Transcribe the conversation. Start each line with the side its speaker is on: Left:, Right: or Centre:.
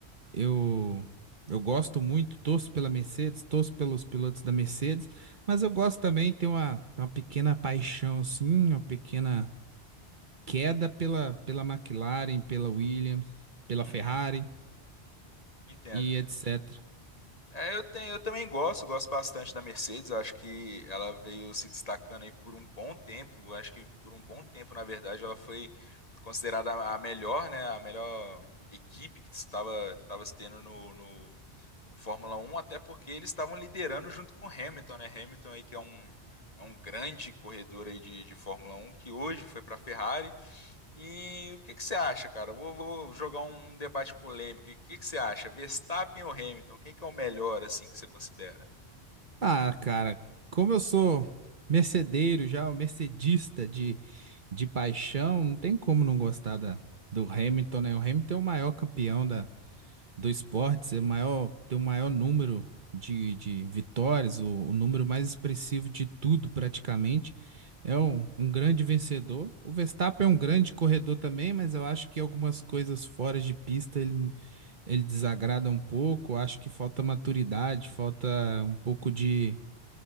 Right: Eu, eu gosto muito, torço pela Mercedes, torço pelos pilotos da Mercedes, mas eu gosto também, tenho uma, uma pequena paixão, assim, uma pequena queda pela, pela McLaren, pela Williams, pela
Left: uhum,
Right: Ferrari
Left: entendo.
Right: e etc.
Left: É, eu tenho, eu também gosto, gosto bastante da Mercedes. Acho que ela veio se destacando aí por um bom tempo. Acho que por um bom tempo, na verdade, ela foi considerada a a melhor, né? A melhor equipe que estava, que estava se tendo no, no, no Fórmula Um até porque eles estavam liderando junto com Hamilton, né? Hamilton aí que é um, é um grande corredor aí de, de Fórmula Um que hoje foi para a Ferrari. E o que que você acha, cara? Vou, vou jogar um, um debate polêmico. E O que que você acha? Verstappen ou Hamilton? Quem que é o melhor, assim, que você considera?
Right: Ah, cara, como eu sou mercedeiro já, o mercedista de, de paixão, não tem como não gostar da, do Hamilton, né? O Hamilton é o maior campeão da, do esporte, é o maior, tem o maior número de, de vitórias, o, o número mais expressivo de tudo, praticamente. É um, um grande vencedor. O Verstappen é um grande corredor também, mas eu acho que algumas coisas fora de pista ele, ele desagrada um pouco. Acho que falta maturidade, falta um pouco de